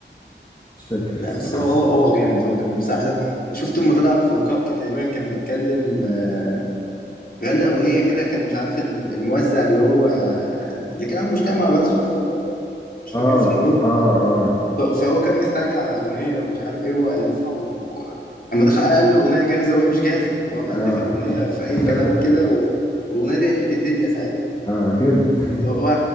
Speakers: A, on the left; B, on the left.
A: مش فاكر
B: لا
A: صراحة
B: بس هو هو هو جامد هو جامد بصراحة شفته لما طلع في لقاء كده تقريبا كان بيتكلم آه، غنى أغنية كده كان مش عارف ال- الموزع اللي هو اللي كان عامل مشكلة مع بهاء سلطان ده مش فاكر
A: آه
B: اسمه ايه
A: آه آه
B: ف- فهو كان مستعجل على أغنية ومش عارف ايه وألفها و... لما دخل قال له الأغنية جاهزة وهي مش جاهزة وقام ألف
A: آه
B: الأغنية في أي
A: <laughs>
B: كلام كده و... والأغنية دي قلبت الدنيا ساعتها
A: آه جامد
B: اللي هو